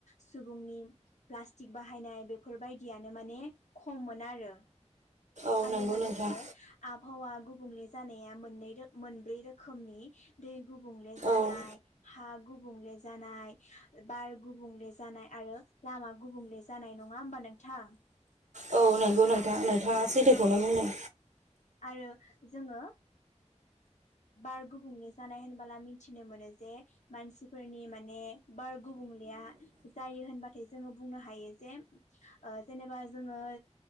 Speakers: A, on the left; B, on the right.
A: सुबुंनि प्लास्टिक बाहायनाय बेफोरबायदियानो माने खम मोन आरो।
B: औ
A: आरो
B: नंगौ
A: लोगोसे
B: नोंथां
A: आबहावा गुबुंले जानाय मोन्रै रोनि दै गुबुंले जानाय
B: औ
A: हा गुबुंले जानाय बार गुबुंले जानाय आरो लामा गुबुंले जानाय नङा होमबा नोंथां?
B: औ नंगौ नोंथां
A: औ
B: नोंथाङा स दैखौनो
A: औ
B: बुंदों।
A: आरो जोङो बार गुबुंले जानाय होनबोला मिथिनो मोनो जे मानसिफोरनि माने बार गुबुंलेया। जायो होनबाथाय जोङो बुंनो हायो जे जेनेबा जोङो